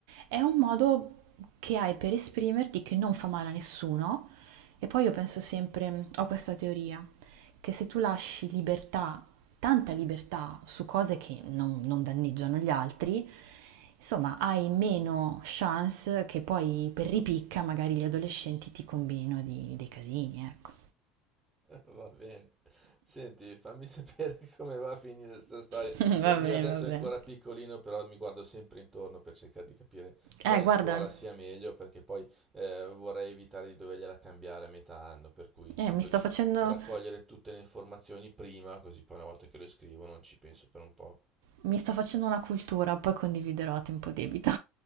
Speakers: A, on the right (about 75°); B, on the right (about 15°).
A: è un modo che hai per esprimerti che non fa male a nessuno. E poi io penso sempre, ho questa teoria, che se tu lasci libertà tanta libertà su cose che non, non danneggiano gli altri, insomma hai meno chance che poi per ripicca magari gli adolescenti ti combinino di- dei casini, ecco.
B: Va bene. Senti, fammi sapere <laughs> come va a finire questa storia,
A: <laughs> Va
B: che il
A: bene,
B: mio adesso
A: va bene.
B: è ancora piccolino, però mi guardo sempre intorno per cercare di capire quale
A: Eh, guarda,
B: scuola sia meglio, perché poi eh, vorrei evitare di dovergliela cambiare a metà anno, per cui cerco
A: eh, mi sto
B: di
A: facendo,
B: raccogliere tutte le informazioni prima, così poi una volta che lo scrivo non ci penso per un po'.
A: mi sto facendo una cultura, poi condividerò a tempo debito.